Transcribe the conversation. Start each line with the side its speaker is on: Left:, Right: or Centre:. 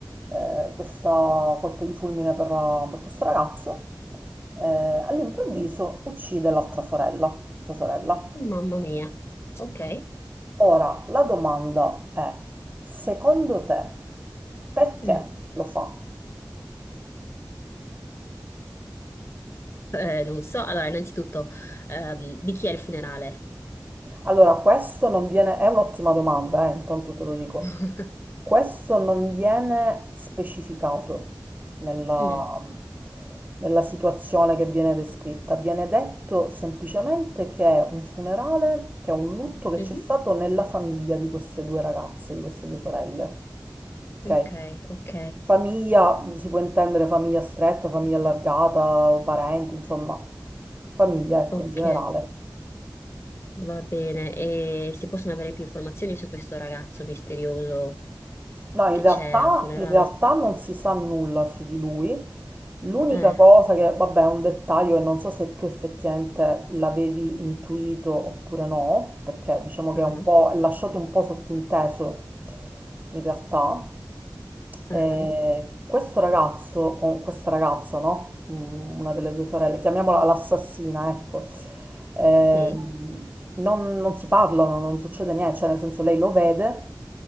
Right: eh, questo colpo di fulmine per, per questo ragazzo eh, all'improvviso uccide l'altra sorella, sua sorella.
Left: Mamma mia, ok.
Right: Ora, la domanda è, secondo te, perché
Left: Mm.
Right: lo fa?
Left: Eh, non so, allora innanzitutto, ehm, di chi è il funerale?
Right: Allora, questo non viene, è un'ottima domanda, eh, intanto te lo dico.
Left: <laughs>
Right: Questo non viene specificato nella,
Left: Mm.
Right: nella situazione che viene descritta. Viene detto semplicemente che è un funerale, che è un lutto che
Left: Mhm.
Right: c'è stato nella famiglia di queste due ragazze, di queste due sorelle. Ok?
Left: Ok, ok,
Right: Famiglia, si può intendere famiglia stretta, famiglia allargata, parenti, insomma, famiglia, ecco,
Left: ok.
Right: in generale.
Left: Va bene, e si possono avere più informazioni su questo ragazzo misterioso
Right: No, in
Left: che
Right: realtà,
Left: c'è al funerale?
Right: in realtà non si sa nulla su di lui. L'unica
Left: Eh,
Right: cosa che, vabbè, è un dettaglio e non so se tu effettivamente l'avevi intuito oppure no, perché diciamo che
Left: ah,
Right: è un po', è lasciato un po' sottinteso in realtà.
Left: ah,
Right: Eh, questo ragazzo, con questa ragazza, no? Mm, Una delle due sorelle, chiamiamola l'assassina, ecco. ehm,
Left: sì,
Right: non, non si parlano, non succede niente, cioè nel senso lei lo vede